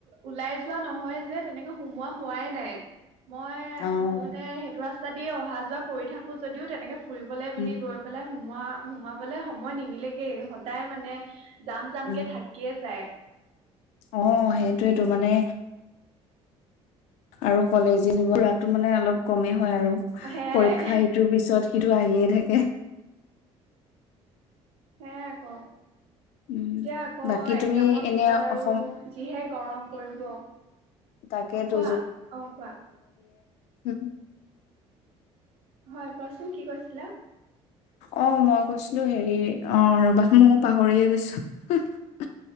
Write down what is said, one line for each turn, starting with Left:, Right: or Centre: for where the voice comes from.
Right: ওলাই যোৱা নহয় যে তেনেকে সোমোৱা হোৱাই নাই৷ মই
Left: অ',
Right: আচলতে সেইটো ৰাচ যদি অহা যোৱা কৰি থাকো যদিও তেনেকে ফুৰিবলৈ বুলি
Left: উম,
Right: গৈ পেলাই সো সোমোৱা সোমাবলে সময় নিমিলেগে সদায় মানে যাম যাম
Left: উম।
Right: কে থাকিয়ে যায়
Left: অ সেইটোয়েতো মানে আৰু কলেজী যোৰা <unintelligible> টো মানে অলপ কমেই হয় আৰু
Right: সেয়াই
Left: পৰীক্ষা ইটোৰ পিছত সিটো আহিয়ে থাকে
Right: সে আক
Left: উম,
Right: এতিয়া আকৌ
Left: বাকী
Right: এক্সজাম
Left: তুমি এনে
Right: পিছত আৰু
Left: অসম
Right: যিহে গৰম পৰিব৷
Left: তাকেতো
Right: কোৱা অ কোৱা
Left: উম
Right: হয় কোৱাচোন কি কৈছিলা?
Left: অ মই কৈছিলো হেৰি অ ৰ'বা মইও পাহৰিয়ে গৈছো৷